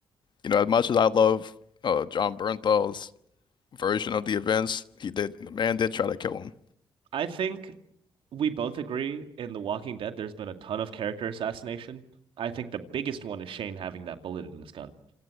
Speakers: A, on the left; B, on the right.
A: You know, as much as I love uh John Bernthal's. version of the events, he did the man did try to kill him.
B: I think we both agree in The Walking Dead. There's been a ton of character assassination. I think the biggest one is Shane having that bullet in his gun.